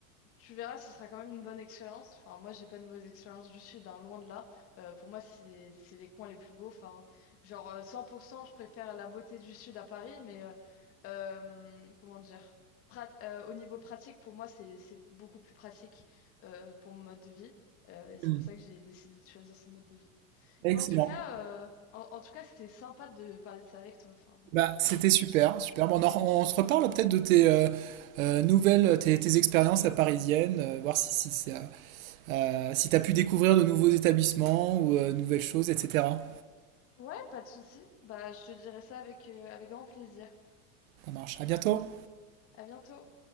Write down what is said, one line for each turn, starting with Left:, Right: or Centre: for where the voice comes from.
Left: tu verras, ce sera quand même une bonne expérience. Enfin, moi, j'ai pas de mauvaise expérience du sud, hein, loin de là. Euh, pour moi, c'est c'est les coins les plus beaux. Enfin, genre euh, 100%, je préfère la beauté du sud à Paris, mais euh, euh, comment dire? Prat- euh, au niveau pratique, pour moi, c'est c'est beaucoup plus pratique euh, pour mon mode de vie. Euh, et c'est
Right: Mm.
Left: pour ça que j'ai décidé de choisir ce mode de vie.
Right: Excellent.
Left: Mais en tout cas, euh, en, en tout cas, c'était sympa de parler de ça avec toi. Enfin,
Right: Bah, c'était super, super. Bon, on, en- on se reparle peut-être de tes euh, euh, nouvelles, tes, tes expériences à parisienne, euh, voir si, si, ça- euh, si tu as pu découvrir de nouveaux établissements ou euh, de nouvelles choses, etc.
Left: ouais, pas de souci. Bah, je te dirai ça avec euh, avec grand plaisir.
Right: Ça marche. À bientôt.
Left: À bientôt.